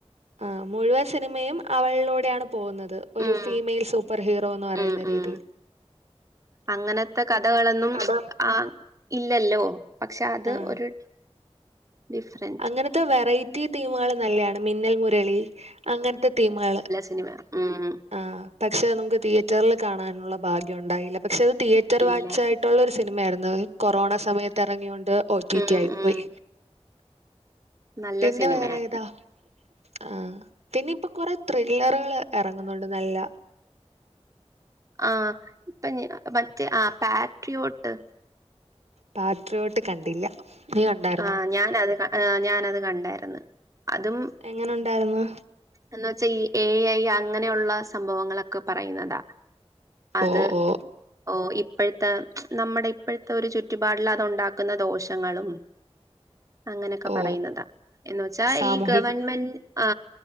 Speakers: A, on the right; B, on the right.
A: ആഹ് മുഴുവൻ സിനിമയും അവളിലൂടെയാണ് പോകുന്നത് ഒരു
B: ഉം
A: ഫീമെയിൽ സൂപ്പർ ഹീറോ <unintelligible> പറയുന്ന
B: ഉം ഉം
A: രീതി
B: അങ്ങനത്തെ കഥകളൊന്നും
A: കഥ
B: ആ ഇല്ലല്ലോ പക്ഷെ അത്
A: ആഹ്
B: ഒരു ഡിഫറൻസ്
A: അങ്ങനത്തെ വെറൈറ്റി ടീമുകൾ നല്ലെയാണ് മിന്നൽ മുരളി അങ്ങനത്തെ ടീമുകൾ
B: സിനിമ ഉമ്
A: ആഹ് പക്ഷെ നമുക്ക് തിയേറ്ററിൽ കാണാനുള്ള ഭാഗ്യം ഉണ്ടായില്ല പക്ഷെ അത് തിയേറ്റർ
B: ഇല്ല.
A: വാച്ചായിട്ട് ഇഷ്ടമുള്ള ഒരു സിനിമയായിരുന്നു കൊറോണ സമയത്ത് എറങ്ങിയൊണ്ട് ഒ ടി
B: ഉം,
A: ടി ആയിപ്പോയി
B: ഉം. നല്ല
A: പിന്നെ
B: സിനിമയായിരുന്നു.
A: വേറെ ഏതാ ആഹ് പിന്നെപ്പൊ കൊറെ ത്രില്ലറുകൾ ഇറങ്ങുന്നുണ്ട് നല്ല
B: ആഹ് ഇപ്പൊഞ മറ്റേ ആഹ് പാട്രിയോട്ട്
A: പാട്രിയോട്ട് കണ്ടില്ല നീ കണ്ടായിരുന്നോ
B: ആഹ് ഞാനത് ഞാനത് കണ്ടായിരുന്നു അതും
A: എങ്ങനെ ഉണ്ടായിരുന്നു
B: എന്ന വെച്ചാ ഈ എ ഐ അങ്ങനെയുള്ള സംഭവങ്ങളൊക്കെ പറയുന്നതാ അത്
A: ഓ ഓ
B: ഓ ഇപ്പോഴത്തെ നമ്മുടെ ഇപ്പോഴത്തെ ഒരു ചുറ്റുപാടലതുണ്ടാക്കുന്ന ദോഷങ്ങളും- അങ്ങനെക്കെ
A: ഓ
B: പറയുന്നതാ എന്ന് വെച്ചാ
A: സാമൂഹിക
B: ഈ ഗവൺമെന്റ് ആ